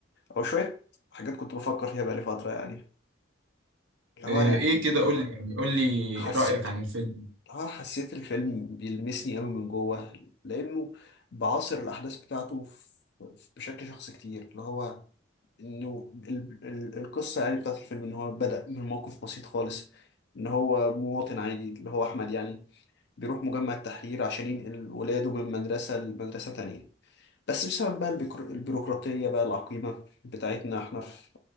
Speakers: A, on the left (about 55°); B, on the right (about 70°).
A: أو شوية حاجات كنت بفكر فيها بقالي فترة يعني اللي
B: ايه
A: هو يعني
B: إيه كده قول لي يعني قول لي
A: حسيت
B: رأيك عن الفيلم
A: اللي هو حسيت الفيلم بيلمسني قوي من جوه لأنه بعاصر الأحداث بتاعته في- في- بشكل شخصي كتير اللي هو انه ال- ال- القصه يعني بتاعت الفيلم ان هو بدأ من موقف بسيط خالص ان هو مواطن عادي اللي هو احمد يعني بيروح مجمع التحرير عشان ينقل ولاده من مدرسه لمدرسه تانية بس بسبب بقى البيكرو- البيروقراطيه بقى العقيمه بتاعتنا احنا في